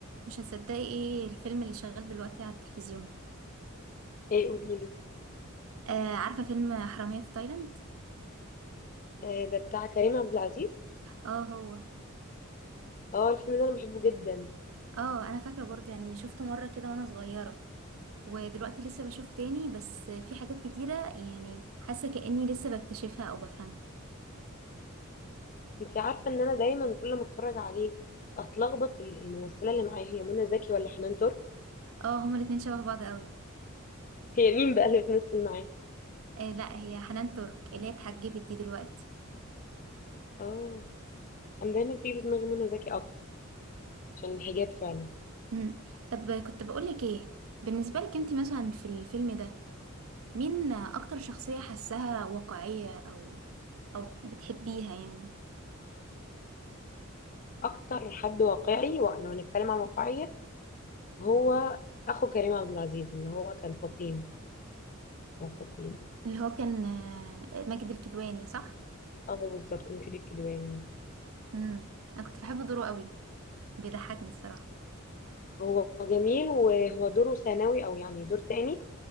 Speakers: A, on the right; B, on the left.
A: مش هتصدقي ايه الفيلم اللي شغال دلوقتي على التلفزيون
B: ايه قوليلي
A: آه عارفة فيلم حرامية في تايلاند
B: آه ده بتاع كريم عبد العزيز
A: اه هو
B: اه الفيلم ده انا بحبه جدا
A: اه انا فاكرة برضه يعني شفته مرة كده وانا صغيرة ودلوقتي لسه بشوفه تاني بس في حاجات كتيرة يعني حاسة كأني لسه بكتشفها او بفهمها
B: انت عارفه ان انا دايما كل ما اتفرج عليه اتلخبط ال- الممثله اللي معايا هي منى زكي ولا حنان ترك
A: اه هما الاتنين شبه بعض قوي
B: هي مين بقى اللي بتمثل معاه
A: آه لا هي حنان ترك اللي هي اتحجبت دي دلوقتي
B: اه انا دايما تيجي في دماغي منى زكي اكتر عشان الحجاب فعلا
A: مم. طب كنت بقولك ايه بالنسبة لك انت مثلا في الفيلم ده مين اكتر شخصية حاساها واقعية او او بتحبيها يعني
B: اكتر حد واقعي ولو هنتكلم عن واقعيه هو اخو كريم عبد العزيز اللي هو كان فطين او فطين
A: اللي هو كان آه، ماجد الكدواني صح
B: اه بالظبط مكر الكدواني
A: امم انا كنت بحب دوره قوي بيضحكني الصراحه
B: هو جميل وهو دوره ثانوي او يعني دور تاني